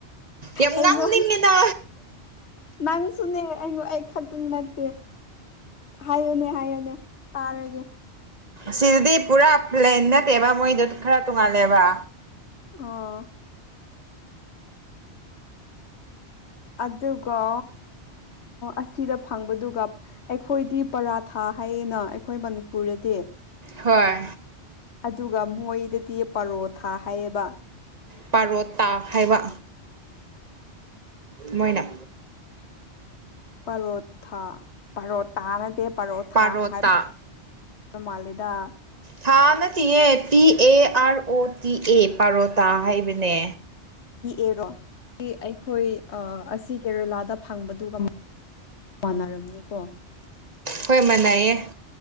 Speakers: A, on the right; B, on the left.
A: ꯌꯥꯝ
B: ꯑꯩꯉꯣꯟ
A: ꯉꯥꯡꯅꯤꯡꯉꯅ
B: ꯅꯪꯁꯨꯅꯦ ꯑꯩꯉ ꯑꯩ ꯈꯛꯇꯪ ꯅꯠꯇꯦ ꯍꯥꯏꯌꯨꯅꯦ ꯍꯥꯏꯌꯨꯅꯦ ꯇꯥꯔꯒꯦ
A: ꯁꯤꯗꯨꯗꯤ ꯄꯨꯔꯥ ꯄ꯭ꯂꯦꯟ ꯅꯠꯇꯦꯕ ꯃꯣꯏꯗ ꯈꯔ ꯇꯣꯡꯉꯥꯜꯂꯦꯕ
B: ꯑ ꯑꯗꯨꯒ ꯑꯁꯤꯗ ꯐꯪꯕꯗꯨꯒ ꯑꯩꯈꯣꯏꯗꯤ ꯄꯔꯥꯊꯥ ꯍꯥꯏꯌꯦꯅ ꯑꯩꯈꯣꯏ ꯃꯅꯤꯄꯨꯔꯗꯗꯤ
A: ꯍꯣꯏ
B: ꯑꯗꯨꯒ ꯃꯣꯏꯗꯗꯤ ꯄꯔꯣꯊꯥ ꯍꯥꯏꯌꯦꯕ
A: ꯄꯥꯔꯣꯇꯥ ꯍꯥꯏꯕ ꯃꯣꯏꯅ
B: ꯄꯔꯣꯊꯥ ꯄꯔꯣꯇꯥ ꯅꯠꯇꯦ ꯄꯔꯣꯊꯥ
A: ꯄꯥꯔꯣꯇꯥ
B: ꯍꯥꯏꯕ ꯃꯥ ꯂꯤꯗꯥ
A: ꯊꯥ ꯅꯠꯇꯤꯡꯌꯦ P A R O T A paratha ꯍꯥꯏꯕꯅꯦ
B: ꯑꯦ ꯔꯣ ꯑꯩꯈꯣꯏ ꯑ ꯑꯁꯤ ꯀꯦꯔꯦꯂꯥꯗ ꯐꯪꯕꯗꯨꯒ ꯃꯅꯥꯔꯝꯅꯤ ꯀꯣ
A: ꯍꯣꯏ ꯃꯥꯟꯅꯩꯌꯦ